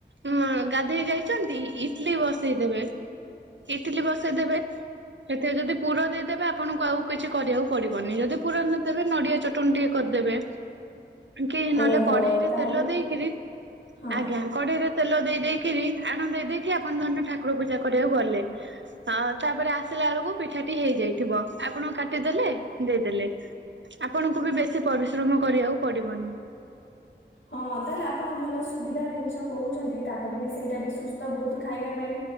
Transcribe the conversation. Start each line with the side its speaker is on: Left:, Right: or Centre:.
Right: ଉଁ ଗାଧେଇ ଯାଇଛନ୍ତି ଇଟଲିି ବସେଇ ଦେବେ, ଇଟଲିି ବସେଇଦେବେ ସେଥିରେ ଯଦି ପୁର ଦେଇଦେବେ ଆପଣଙ୍କୁ ଆଉ କିଛି କରିବାକୁ ପଡିବନି ଯଦି ପୁର ନଦେବେ ନଡିଆ ଚଟ୍ ଟନି ଟିକେ କରିଦେବେ କି ନହେଲେ
Left: ଓହୋ
Right: କଢେଇରେ
Left: ତାହେଲେ
Right: ତେଲ ଦେଇକରି
Left: ହଁ
Right: ଆଜ୍ଞା କଢେଇରେ ତେଲ ଦେଇ ଦେଇକିରି ଆଣ ଦେଇ ଦେଇକି ଆପଣ ଧରି ନିଅ ଠାକୁର ପୂଜା କରିବାକୁ ଗଲେ। ହ ତାପରେ ଆସିଲା ବେଳକୁ ପିଠାଟି ହେଇଯାଇଥିବ ଆପଣ କାଟିଦେଲେ ଦେଇଦେଲେ। ଆପଣଙ୍କୁ ବି ବେଶୀ ପରିଶ୍ରମ କରିବାକୁ ପଡିବନି।
Left: ଆ ହଁ ତାହେଲେ ଆପଣ ଭଲ ସୁବିଧା ଜିନିଷ କହୁଛନ୍ତି ତାପରେ ବି ସେଇଟା ବି ସୁସ୍ଥ ବହୁତ ଖାଇବା ପାଇଁ।